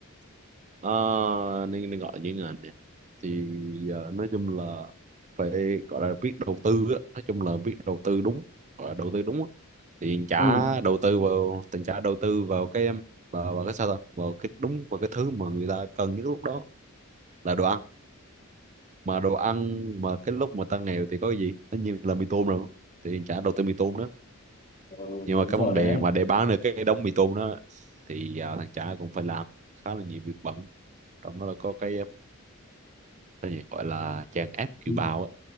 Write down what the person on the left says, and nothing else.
ừ,
ừ
đúng
rồi
đấy
Ừ,